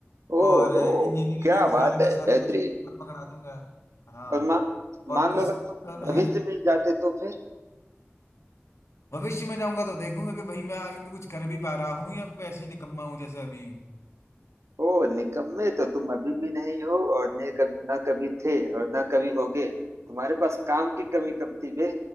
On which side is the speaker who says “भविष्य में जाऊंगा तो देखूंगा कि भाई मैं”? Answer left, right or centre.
Left